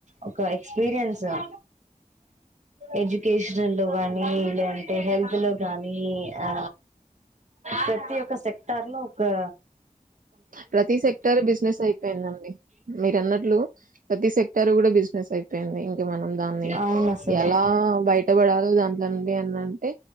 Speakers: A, on the right; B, on the right.
A: ఒక ఎక్స్ పీరియన్స్ అ ఎడ్యుకేషన్ లో గానీ, లేదంటే హెల్త్ లో గానీ, ఆ ప్రతి ఒక్క సెక్టార్ లో, ఒకా
B: ప్రతి సెక్టార్ బిజినెస్ అయిపోయిందండి. మీరు అన్నట్లూ, ప్రతి సెక్టర్ గూడ బిజినెస్ అయిప పోయింది, ఇంక మనం దాన్ని,
A: అవును అసలు
B: ఎలా బయ కట్టబడ ఆరోజు దాంట్లోడి ఉంది అని అంటే,